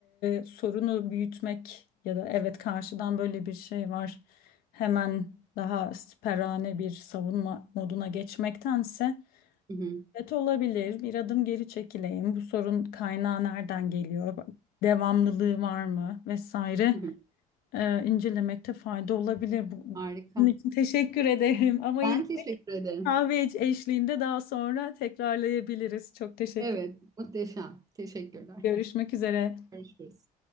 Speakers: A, on the left; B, on the right.
A: e, sorunu büyütmek ya da evet karşıdan böyle bir şey var. Hemen daha siperhane bir savunma moduna geçmektense
B: Hı hı,
A: evet olabilir bir adım geri çekileyim. Bu sorun kaynağı nereden geliyor? Devamlılığı var mı vesaire
B: hı hı.
A: e, incelemekte fayda olabilir. Bu-
B: Harika.
A: Bunun için teşekkür ederim <laughs> ama yine
B: Ben teşekkür ederim.
A: Kahve eşliğinde daha sonra tekrarlayabiliriz. Çok teşekkür.
B: Evet, muhteşem. Teşekkürler.
A: Görüşmek üzere.
B: Görüşürüz.